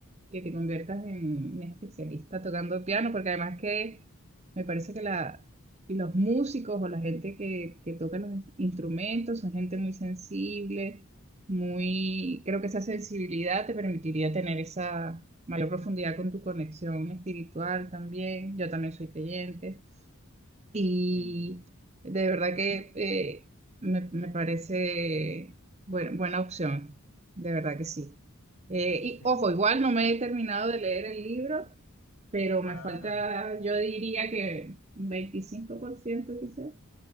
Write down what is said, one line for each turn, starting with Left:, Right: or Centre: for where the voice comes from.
Right: que te conviertas en un especialista tocando piano, porque además que me parece que la, los músicos o la gente que, que toca los instrumentos son gente muy sensible, muy, creo que esa sensibilidad te permitiría tener esa mayor profundidad con tu conexión espiritual también. Yo también soy creyente. Y
Left: Sí.
Right: de verdad que eh, me, me parece buena, buena opción, de verdad que sí. Eh, y
Left: Sí.
Right: ojo, igual no me he terminado de leer el libro, pero me
Left: Ah,
Right: falta, yo diría que un 25% quizás.